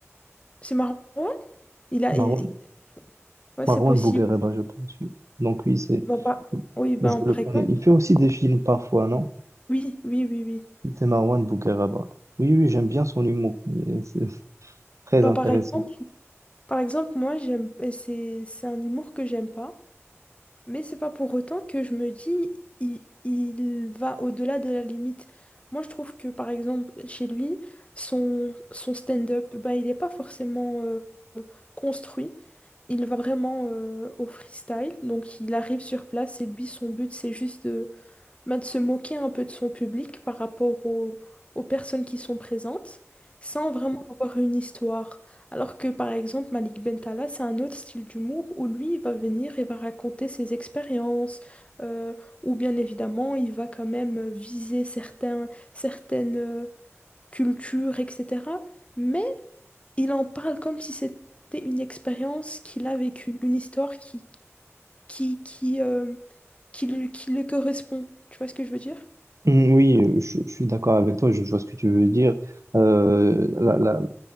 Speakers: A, on the left; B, on the right.
A: C'est Marwan? Il a...
B: Marwan,
A: il- Ouais, c'est
B: Marwan
A: possible.
B: Bougueraba, je pense. oui. Donc oui, c'est,
A: Bah, pas- Oui, ben,
B: je
A: par
B: le connais.
A: exemple.
B: Il fait aussi des films parfois, non?
A: Oui, oui, oui, oui.
B: C'est Marwan Bougueraba. Oui, oui, j'aime bien son humour. Et C'est très
A: Bah,
B: intéressant.
A: par exemple... Par exemple, moi, j'aime, euh, c'est, c'est un humour que j'aime pas, mais c'est pas pour autant que je me dis il, il va au-delà de la limite. Moi, je trouve que, par exemple, chez lui, son, son stand-up, bah, il n'est pas forcément euh, construit. Il va vraiment euh, au freestyle. Donc, il arrive sur place et lui, son but, c'est juste de bah, de se moquer un peu de son public par rapport aux, aux personnes qui sont présentes, sans vraiment avoir une histoire. Alors que par exemple, Malik Bentala, c'est un autre style d'humour où lui, il va venir et va raconter ses expériences, euh, ou bien évidemment, il va quand même viser certains, certaines euh, cultures, etc. Mais il en parle comme si c'était une expérience qu'il a vécue, une histoire qui, qui, qui, euh, qui lui- qui le correspond. Tu vois ce que je veux dire?
B: Mm, Oui, euh, je, je suis d'accord avec toi, je vois ce que tu veux dire. Euh, la- la-